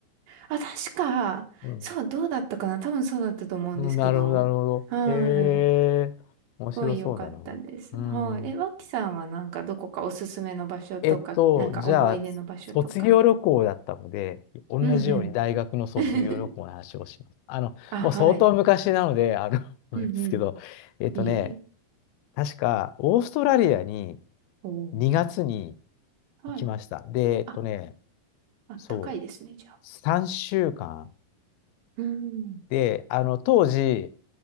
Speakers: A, on the right (about 70°); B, on the left (about 85°).
A: あ、確か、
B: うん。
A: そう、どうだったかな多分そうだったと思うんですけど、
B: うん、なるほど、なるほど。
A: はーい。
B: へ
A: す
B: え。面白そうだな。
A: ごい良かったです。
B: うん。
A: はい。え、わさんはなんかどこかおすすめの場所とか、
B: えっと、
A: なんか思い出の場所とか。
B: じゃあ、卒業旅行だったので、同じように大学の卒業旅行の話をします。
A: うんうん。<laughs>
B: あの、
A: あ、
B: もう相当昔なので、
A: はい。
B: あの、<laughs> あれですけど、
A: うんうん。
B: えっとね、
A: いい。
B: 確か、オーストラリアに
A: おー
B: 2月に
A: はい。
B: 行きました。で、えっとね、
A: ああったかいですね、
B: そう、
A: じゃあ。
B: 3週間。
A: うん。
B: で、あの、当時、